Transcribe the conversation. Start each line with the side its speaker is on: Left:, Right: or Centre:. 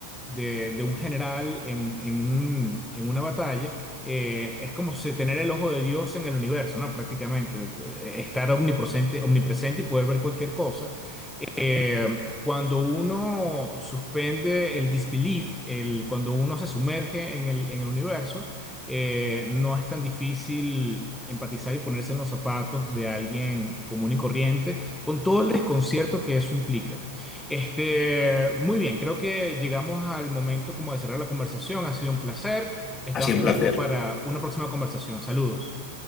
Centre: de, de un general en en un- en una batalla eh, es como se- tener el ojo de Dios en el universo, ¿no? Prácticamente, eh, estar omnipresente, omnipresente y poder ver cualquier cosa eh, cuando uno suspende el disbelief, el, cuando uno se sumerge en el, en el universo, eh, no es tan difícil empatizar y ponerse en los zapatos de alguien común y corriente, con todo el desconcierto que eso implica. Este, muy bien, creo que llegamos al momento como de cerrar la conversación. Ha sido un placer. Estamos
Left: ha sido
Centre: pendientes
Left: un placer.
Centre: para una próxima conversación. Saludos.